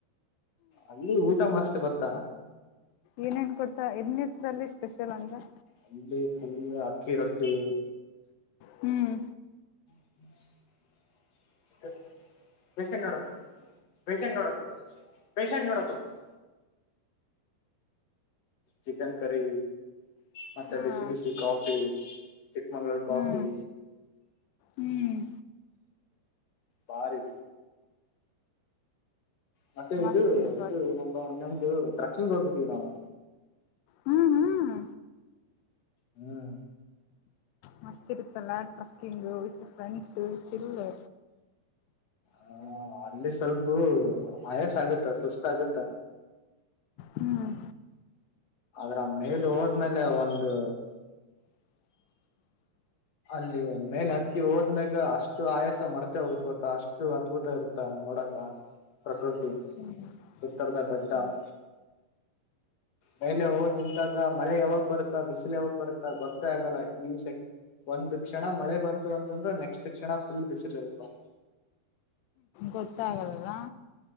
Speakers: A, on the left; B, on the left.
A: ಅಲ್ಲಿ ಊಟ ಮಸ್ತ್ ಗೊತ್ತಾ...
B: ಏನೇನ್ ಕೊಡ್ತ ಎಲ್ಲಿರ್ತದಲ್ಲಿ ಸ್ಪೆಷಲ್ ಅಂದ್ರ...
A: ಅಲ್ಲಿ ಫುಲ್ ಅಕ್ಕಿ ರೊಟ್ಟಿ..
B: ಹ್ಮ್
A: <inaudible> ಪೇಷಂಟ್ ನೋಡಕ್ ಹೋಗ್ಬೇಕು ಪೇಷಂಟ್ ನೋಡಕ್ ಹೋಗ್ಬೇಕು ಪೇಷಂಟ್ ನೋಡಕ್ ಹೋಗ್ಬೇಕು. ಚಿಕನ್ ಕರಿ ಮತ್ತೆ
B: ಹಾ
A: ಬಿಸಿ ಬಿಸಿ ಕಾಫಿ. ಚಿಕ್ಮಂಗ್ಗಳೂರು ಕಾಫಿ...
B: ಹ್ಮ್ ಹ್ಮ್
A: ಬಾರಿ. ಮತ್ತೆ
B: ಮಸ್ತ್
A: ಇದು
B: ಇರುತ್
A: ಇದು ಏನಪ್ಪ ಇನ್ನೊಂದು ಟ್ರೆಕ್ಕಿಂಗ್ ಹೋಗಿದೀವಿ ನಾವು...
B: ಹ್ಮ್ ಹ್ಮ್
A: ಹ್ಮ್ <inaudible>
B: ಮಸ್ತ್ ಇರುತ್ತಲ್ಲ ಟ್ರಕ್ಕಿಂಗ್ ವಿತ್ ಫ್ರೆಂಡ್ಸ್ ಚಿಲ್ಲ...
A: ಹ ಅಲ್ಲಿ ಸ್ವಲ್ಪ ಆಯಾಸ ಆಗುತ್ತಾ ಸುಸ್ತ ಆಾಗತ್ತ....
B: ಹ್ಮ್
A: ಅದ್ರ ಮೇಲೆ ಹೋದ್ಮೇಲೆ ಒಂದು... ಅಲ್ಲಿ ಮೇಲ್ ಹತ್ತಿ ಹೋದ್ಮ್ಯಾಗ ಅಷ್ಟು ಆಯಸ ಮರ್ತೆ ಹೋಗತ್ ಗತ್ತ ಅಷ್ಟು ಅದ್ಭುತ ಇರುತ್ತ. ನೋಡಕ ಪ್ರಕೃತಿ
B: ಹ್ಮ್
A: ಉತ್ತರದ ಬೆಟ್ಟ.
B: ಹ್ಮ್
A: ಹ್ಮ <inaudible> ಮೇಲೆ ಹೋದ ನಿಂತಾಗ ಮಳೆ ಯಾವಾಗ ಬರುತ್ತಾ ಬಿಸಿಲು ಯಾವಾಗ ಬರುತ್ತಾ ಭಕ್ತ ಆಗಲ್ಲ ಈ ಶಕ್ತಿ... ಒಂದ್ ಕ್ಷಣ ಮಳೆ ಬಂತು ಅಂತಂದ್ರೆ ನೆಕ್ಸ್ಟ್ ಕ್ಷಣ ಫುಲ್ ಬಿಸಿಲ್ ಇರುತ.
B: ಗೊತ್ತಾಗಲ್ಲ.